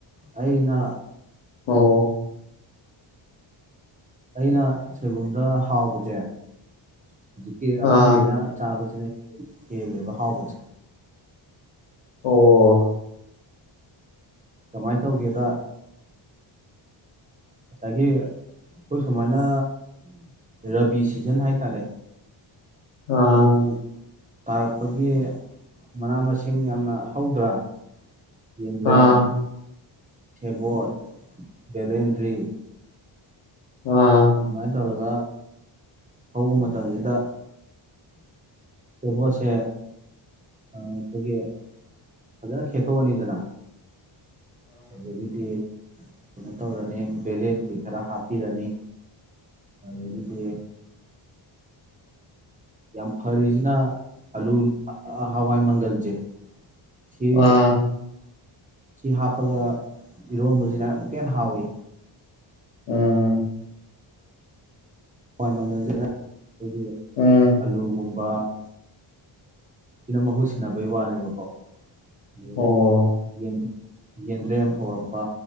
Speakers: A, on the right; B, on the left.
A: ꯑꯩꯅ꯫
B: ꯑꯣ꯫
A: ꯑꯩꯅ ꯁꯣꯏꯕꯨꯝꯗ ꯍꯥꯎꯕꯖꯦ꯫ ꯍꯧꯖꯤꯛꯀꯤ
B: ꯑꯥ
A: ꯑꯍꯟꯒꯩꯅ ꯆꯥꯕꯖꯤꯅꯦ꯫ ꯀꯦꯂꯦꯕ ꯍꯥꯎꯕꯁꯦ
B: ꯑꯣ
A: ꯀꯃꯥꯏꯅ ꯇꯧꯒꯦꯗ ꯉꯁꯥꯏꯒꯤ ꯑꯩꯈꯣꯏ ꯁꯨꯃꯥꯏꯅ ꯔꯕꯤ ꯁꯤꯖꯟ ꯍꯥꯏ ꯇꯔꯦ
B: ꯑꯥ
A: ꯃꯣꯡ ꯇꯥꯔꯛꯄꯒꯤ ꯃꯅꯥ ꯃꯁꯤꯡ ꯌꯥꯝꯅ ꯍꯧꯗ꯭ꯔꯥ ꯌꯦꯟꯗꯦꯝ
B: ꯑꯥ
A: ꯁꯦꯕꯣꯠ ꯕꯂꯦꯟꯗ꯭ꯔꯤ
B: ꯑꯥ
A: ꯑꯗꯨ ꯃꯥꯏ ꯇꯧꯔꯒ ꯍꯧꯕ ꯃꯇꯝꯁꯤꯗ ꯁꯦꯕꯣꯠꯁꯦ ꯑꯩꯈꯣꯏꯒꯤ ꯐꯖꯅ ꯈꯦꯠꯇꯣꯛꯑꯅꯤꯗꯅ ꯑꯗꯒꯤꯗꯤ ꯀꯩꯅꯣ ꯇꯧꯔꯅꯤ ꯕꯦꯂꯥꯟꯗꯔ꯭ꯤꯁꯤ ꯈꯔ ꯍꯥꯞꯄꯤꯔꯅꯤ ꯑꯗꯒꯤꯗꯤ ꯌꯥꯝ ꯐꯔꯤꯁꯤꯅ ꯑꯂꯨ ꯍꯋꯥꯏ ꯃꯪꯒꯜꯁꯦ ꯁꯤ
B: ꯑꯥ
A: ꯁꯤ ꯍꯥꯞꯄꯒ ꯏꯔꯣꯟꯕꯁꯤꯅ ꯑꯃꯨꯛꯀ ꯍ ꯍꯥꯎꯋꯤ
B: ꯎꯝꯝ
A: <unintelligible> ꯆꯠꯂꯦ ꯑꯩꯈꯣꯏꯒꯤ
B: ꯎꯝ
A: ꯑꯂꯨꯒꯨꯝꯕ ꯏꯅꯝꯕ <unintelligible> ꯁꯤꯟꯅꯅꯕꯩ ꯋꯥꯅꯦꯕꯀꯣ ꯌꯦꯗꯤ
B: ꯎꯝ ꯑꯣ
A: ꯌꯦ ꯌꯦꯟꯗ꯭ꯔꯦꯝ ꯍꯧꯔꯛꯄ